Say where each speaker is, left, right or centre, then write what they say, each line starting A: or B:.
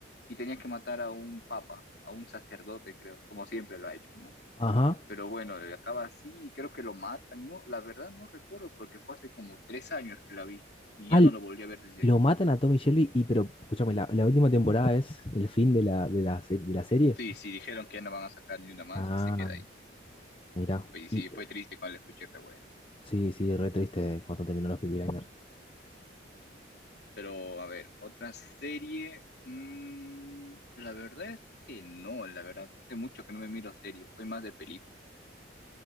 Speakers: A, on the left; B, on the left.
A: y tenía que matar a un papa, a un sacerdote, creo, como siempre lo ha hecho, ¿no?
B: Ajá.
A: Pero bueno, eh, acaba así y creo que lo matan, ¿no? La verdad no recuerdo porque fue hace como tres años que la vi y
B: Al,
A: ya no lo volví a ver desde
B: lo
A: ahí.
B: matan a Tommy Shelby y, pero, escúchame, la, la última temporada es el fin de la, de la, se- de la serie.
A: Sí, sí, dijeron que ya no van a sacar ni una más
B: Ah,
A: y se queda ahí.
B: mirá.
A: Pues
B: Y
A: sí, fue triste cuando la escuché, pero bueno.
B: Sí, sí, re triste cuando terminó los Peaky Blinders.
A: Pero a ver, otra serie. mm, la verdad es que no, la verdad. Hace mucho que no me miro series, estoy más de películas.